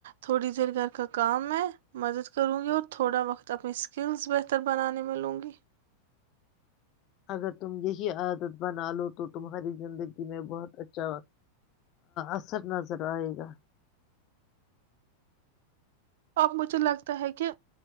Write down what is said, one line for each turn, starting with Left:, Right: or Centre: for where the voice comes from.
Right: تھوڑی دیر گھر کا کام ہے مدد کروں گی اور تھوڑا وقت اپنی اسکلز بہتر بنانے میں لوں گی
Left: اگر تم یہی عادت بنا لو تو تمہاری زندگی میں بہت اچھا اثر نظر آئے گا
Right: اب مجھے لگتا ہے کہ